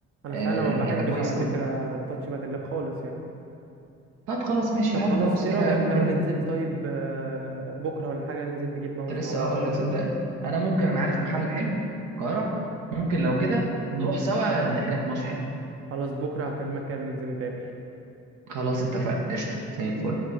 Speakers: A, on the right (about 50°); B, on the right (about 85°).
A: انا
B: آه
A: فعلا ما بحبش
B: هيبقى كويس
A: على
B: قوي
A: فكرة
B: كده
A: تاتش باد اللاب خالص يعني
B: طب خلاص ماشي
A: طب
B: هات
A: خلاص
B: ماوس
A: ايه
B: كده
A: رأيك
B: ممكن
A: لو ننزل طيب آه، بكرة ولا حاجة ننزل نجيب ماوس
B: كنت لسه
A: مع بعض
B: اقول لك صدقني انا ممكن انا عارف محل حلو في القاهره ممكن لو كده نروح سوا ننقي لك ماوس حلو
A: خلاص بكرة هكلمك كده ننزل نتقابل
B: خلاص اتفقنا قشطه زي الفل